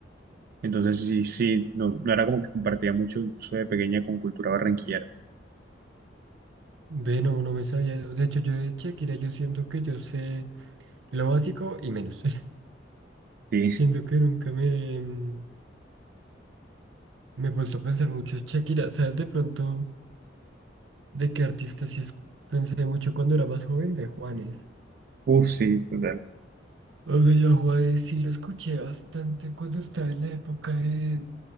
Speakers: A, on the right; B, on the right.
A: Entonces, sí, sí, no, no era como que compartía mucho, incluso de pequeña, con cultura barranquillera.
B: <laughs> Ve, no, no me sabía eso. De hecho, yo de Shakira, yo siento que yo sé lo básico y menos. <laughs>
A: Sí,
B: Siento que nunca me, mm, me he puesto a pensar mucho en Shakira. ¿Sabes de pronto de qué artista sí es? Pensé mucho cuando era más joven de Juanes.
A: uff, sí, total.
B: O sea, yo a Juanes sí lo escuché bastante cuando estaba en la época de,